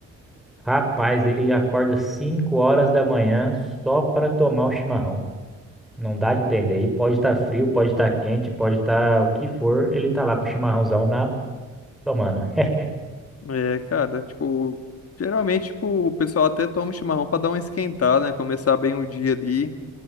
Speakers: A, in the centre; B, on the left.
A: Rapaz, ele acorda 5 horas da manhã só para tomar o chimarrão. Não dá a entender. E pode estar frio, pode estar quente, pode estar o que for, ele tá lá com o chimarrãozão na tomando. <laughs>
B: É, cara, tipo, geralmente, tipo, o pessoal até toma o chimarrão pra dar uma esquentada, né? Começar bem o dia ali.